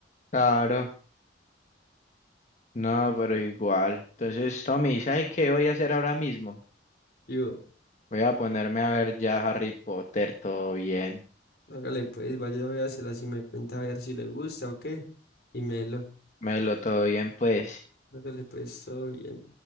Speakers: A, on the left (about 40°); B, on the left (about 55°).
A: Claro, no, pero igual. Entonces, Tommy, ¿sabes qué voy a hacer ahora mismo?
B: yo,
A: Voy a ponerme a ver ya Harry Potter, todo bien.
B: hágale pues, vaya a véasela si me cuenta a ver si le gusta o qué, y melo,
A: Melo, todo bien, pues.
B: hágale pues, todo bien.